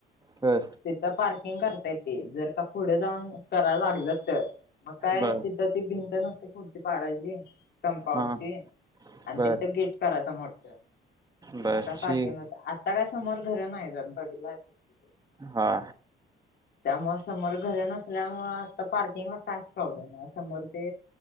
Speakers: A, on the right; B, on the left.
A: बर
B: तिथं पार्किंग करता येते जर का पुढे जाऊन करायला लागलं तर. मग काय
A: बर
B: तिथं ती भिंत नसते पुढची पाडायची कंपाऊंडची.
A: हा
B: आणि
A: बर
B: तिथं गेट करायचं मोठ मग
A: बर
B: का पार्किंग
A: ठीक
B: होत आ त्या का समोर घर नाही जात बघितलासच कि तु.
A: हा
B: त्यामुळे समोर घर नसल्यामुळे आता पार्किंगला कायच प्रॉब्लेम नाही समोर ते